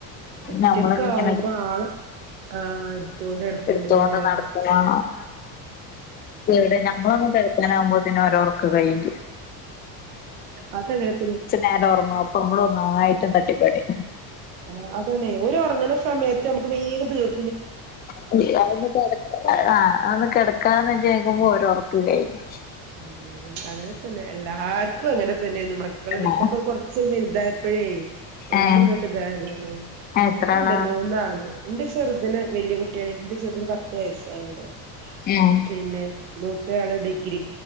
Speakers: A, on the right; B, on the left.
A: ഒറ്റക്കാവുമ്പആള്
B: നമ്മളിങ്ങനെ
A: ആ എടുത്തോണ്ട് നടക്കണ്ട്
B: എടുത്തോണ്ട്
A: ലേ
B: നടക്കും വാണം എവിടെ നമ്മളൊന്ന് കെടക്കാനാവുമ്പ ത്തെനും അവരോർ ക്കകയ്യും
A: അതങ്ങനതന്നെ
B: നേരം ഒറങ്ങും അപ്പൊ നമ്മള് ഒന്നായിട്ട് തട്ടിപ്പെടയും
A: ആഹ് അതണെ ഓര് ഒറങ്ങണ സമയത്ത് നമക്ക് വേഗം തീർ
B: കുളി ആ ഒന്ന് കെടക ആ ഒന്ന് കടക്കാ ന്ന് ജാര് കുമ്പോ ഓരോ ഒറകുല്ലേയിനു
A: മ്മ് അങ്ങനെ തന്നെ എല്ലാർക്കും അങ്ങനെ തന്നേണ് മക്കള്ങ്ങട്
B: ആണോ
A: ഇപ്പൊക്കോന്നാ കൊറച്ചൊന്ന് വെൽതായപ്പഴേ ഒന്ന്
B: ഏഹ്
A: ങ്ങട്ട് ഇതായതാണ്
B: എത്ര
A: ഇൻക്കുണ്ട്
B: ആളാ
A: മൂന്നാള് ഇന്റെ ചെറുതിന് വെല്ല്യ കുട്ടിയയി ഇൻ്റെ ചെർതിന് പത്ത് വയസായീണ്ട്
B: ഏഹ്
A: പിന്നെ മൂത്തെയാള് ഡിഗ്രി